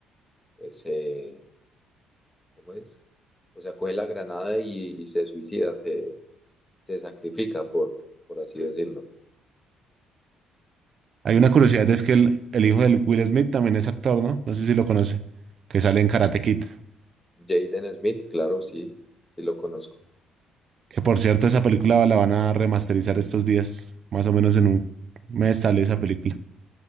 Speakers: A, on the left; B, on the right.
A: pues, se, ¿cómo es? O sea, coge la granada y, y se suicida, se, se sacrifica, por, por así decirlo.
B: Hay una curiosidad, es que el, el hijo del Will Smith también es actor, ¿no? No sé si lo conoce, que sale en Karate Kid.
A: Jaden Smith, claro, sí, sí lo conozco.
B: Que por cierto, esa película la van a remasterizar estos días, más o menos en un mes sale esa película.